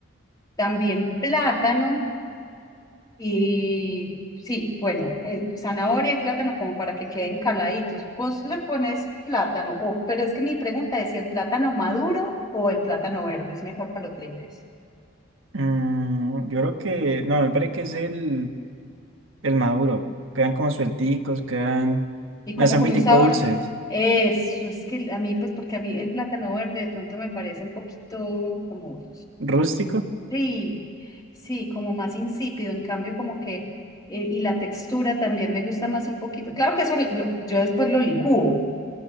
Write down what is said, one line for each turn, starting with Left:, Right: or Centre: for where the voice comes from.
Left: también plátano y sí, bueno, eh, zanahoria y plátano como para que queden caladitos. Vos le pones plátano, o- pero es que mi pregunta es si el plátano maduro o el plátano verde es mejor para los frijoles.
Right: Mm, yo creo que, no, me parece que es el. el maduro. Quedan como suelticos, quedan.
Left: Y como
Right: No, son
Left: con
Right: pitico
Left: un sabor,
Right: dulces.
Left: eso, es que a mí, pues porque a mí el plátano verde de pronto me parece un poquito como,
Right: Rústico.
Left: sí, sí, como más insípido, en cambio como que, eh, y la textura también me gusta más un poquito. Claro que eso lo- lo- yo después lo licúo